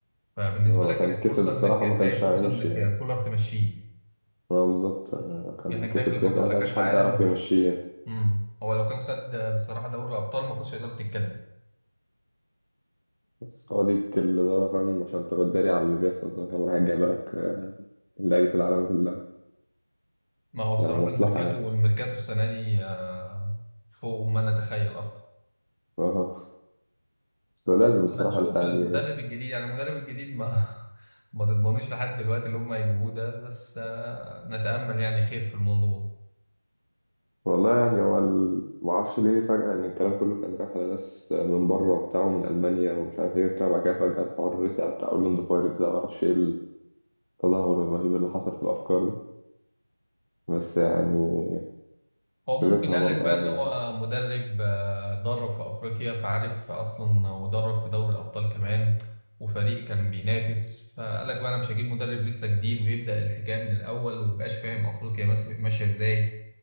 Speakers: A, on the left; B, on the left.
A: فبالنسبة
B: هو لو
A: لك
B: كان
A: كانت
B: كسب
A: فرصة
B: الصراحه
A: انك تلاقي
B: ما كانش
A: فرصة
B: هيمشي
A: انك
B: يعني
A: كولر تمشيه
B: اه بالظبط اه كان
A: لانك
B: كسب
A: داخل برضه
B: كده كده
A: على
B: ما كانش
A: كأس
B: حد
A: عالم
B: يعرف يمشيه يعني.
A: امم هو لو كان خد آه، بصراحه دوري الابطال ما كنتش هيقدر تتكلم
B: بس هو دي الاداره فاهم عشان تغداري على اللي بيحصل ده فاهم رايح جايبه لك لعيبه العالم كلها
A: ما هو بصراحه
B: يعني مصلحه
A: الميركاتو
B: يعني
A: والميركاتو السنه دي آه، فوق ما نتخيل اصلا
B: اه بس هو لازم الصراحه
A: ما نشوف
B: انت يعني
A: المدرب الجديد يعني المدرب الجديد ما <laughs> ما تضمنوش لحد دلوقتي اللي هم هيجيبوه ده بس آه، نتامل يعني خير في الموضوع
B: والله يعني هو ال- معرفش ليه فجأة يعني الكلام كله كان رايح على ناس من بره وبتاع ومن ألمانيا ومش عارف ايه وبتاع بعد كده فجأة الحوار رسي على بتاع أورلاندو بايرتس ده معرفش ايه التدهور الرهيب اللي حصل في الأفكار ده بس يعني
A: هو ممكن
B: في بيتها
A: قال
B: برضه
A: لك بقى ان
B: أنا
A: هو مدرب آه، درب في افريقيا فعارف اصلا ودرب في دوري الابطال كمان وفريق كان بينافس فقال لك بقى انا مش هجيب مدرب لسه جديد ويبدا الحكايه من الاول ومبقاش فاهم افريقيا ماس- ماشيه ازاي